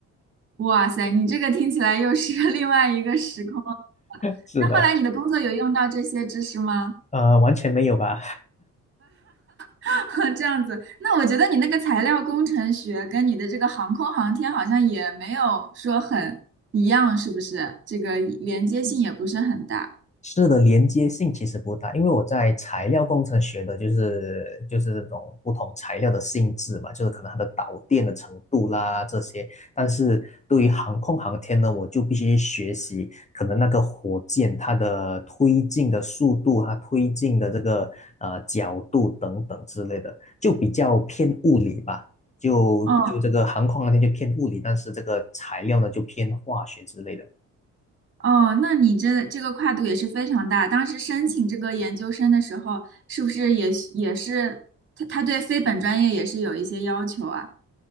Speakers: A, on the right; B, on the left.
A: 哇塞，你这个听起来又是 <laughs> 另外一个时空。
B: 是的，
A: 那后来你的工作有用到这些知识吗？
B: 呃，完全没有吧？
A: <laughs> 这样子，那我觉得你那个材料工程学跟你的这个航空航天好像也没有说很一样，是不是？这个连接性也不是很大。
B: 是的，连接性其实不大，因为我在材料工程学的就是就是这种不同材料的性质嘛，就是可能它的导电的程度啦这些。但是对于航空航天呢，我就必须学习可能那个火箭它的推进的速度，它推进的这个呃角度等等之类的，就比较偏物理吧。就就这个航空航天就偏物理，
A: 哦
B: 但是这个材料呢就偏化学之类的。
A: 哦，那你这这个跨度也是非常大。当时申请这个研究生的时候，是不是也是也是他他对非本专业也是有一些要求啊？